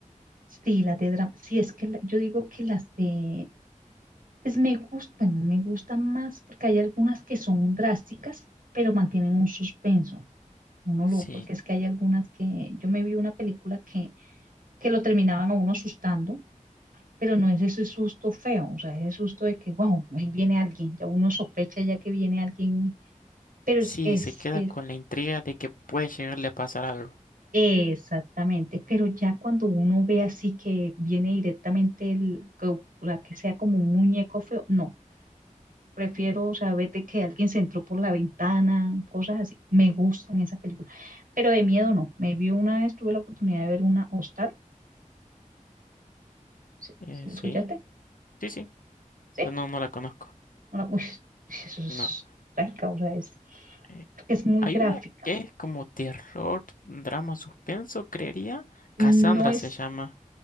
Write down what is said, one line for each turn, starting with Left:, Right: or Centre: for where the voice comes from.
Right: sí, las de drama. Sí, es que la- yo digo que las de, pues me gustan, bueno, me gustan más porque hay algunas que son drásticas, pero mantienen un suspenso. Uno
Left: Sí,
Right: lo, porque es que hay algunas que, yo me vi una película que, que lo terminaban a uno asustando pero no es ese susto feo, o sea, ese susto de que, wow, ahí viene alguien, ya uno sospecha ya que viene alguien, pero
Left: sí,
Right: es, es,
Left: se queda
Right: es-
Left: con la intriga de que puede llegarle a pasar algo.
Right: exactamente, pero ya cuando uno ve así que viene directamente el, que, o sea, que sea como un muñeco feo, no, prefiero, o sea, vete que alguien se entró por la ventana, cosas así, me gustan esas películas, pero de miedo no, me vi una vez, tuve la oportunidad de ver una Hostal, ¿sí,
Left: Eh,
Right: ¿sí la
Left: sí,
Right: escuchaste?
Left: sí, sí,
Right: Sí,
Left: pero no, no la conozco.
Right: una, uy, <laughs> eso es
Left: No.
Right: trágica, o sea, es
Left: Eh,
Right: porque es muy
Left: hay
Right: gráfica.
Left: una que es como terror, drama, suspenso, creería. Cassandra
Right: No es,
Left: se llama.